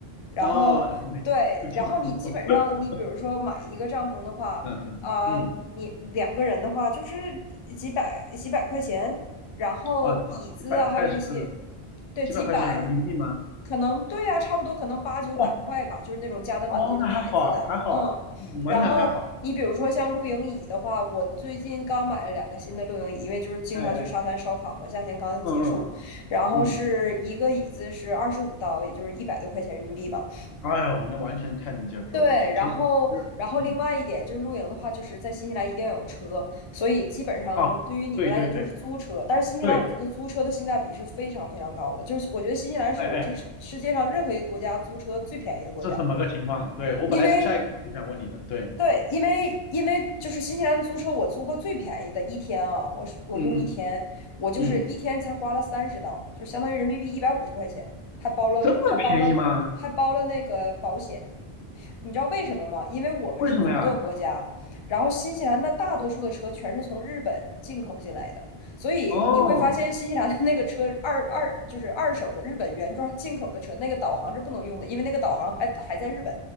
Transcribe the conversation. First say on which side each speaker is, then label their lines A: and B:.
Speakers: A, on the left; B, on the left.
A: 然后对，
B: 哦，没有听说过，
A: 然后你基本上，
B: <laughs>
A: 你比如说买一个帐篷的话，
B: 嗯嗯嗯，
A: 啊、你两个人的话就是几百几百块钱，然后椅子啊，
B: 啊，几几百块是
A: 还有这些，对，
B: 几百块是人民币吗？
A: 几百，可能对呀、差不多可能八九百块吧，
B: 哦
A: 就是那种加的蛮多的牌子的，
B: 哦，那还好啊，还好啊，
A: 嗯。
B: 嗯完全还好，
A: 然后你比如说像露营椅的话，我最近刚买了两个新的露营椅，因为就是经常去沙滩烧烤嘛，
B: 哎哎，
A: 夏天刚结束，
B: 嗯嗯
A: 然后是一个椅子是二十五刀，
B: 嗯，
A: 也就是一百多块钱人民币吧。
B: 哎呦，那完全太能接受了，
A: 对，
B: 就其实其实，
A: 然后，然后另外一点就是露营的话，
B: 嗯，
A: 就是在新西兰一定要有车，所以基本上对于你们来讲就是租车。
B: 啊，对对对
A: 但是新西兰，
B: 对，
A: 我觉得租车的性价比是非常非常高的，就是我觉得新西兰是我这世界上任何一个国家租车最便宜的国家，
B: 哎哎，是怎么个情况？对，我本来是下一个问题想问你的，
A: 因为
B: 对。
A: 对，因为因为就是新西兰租车，我租过最便宜的一天啊，我是我用一天，
B: 嗯嗯
A: 我就是一天才花了三十刀，
B: 嗯，
A: 就相当于人民币一百五十块钱，还包了还包了还包了那个保险。
B: 这么便宜吗？
A: 你知道为什么吗？因为我们是左舵国家，
B: 为什么呀？
A: 然后新西兰的大多数的车全是从日本进口进来的，所以你会发现新西兰的那个车二二就是二手的日本原装进口的车，
B: 哦，
A: 那个导航是不能用的，因为那个导航还还在日本，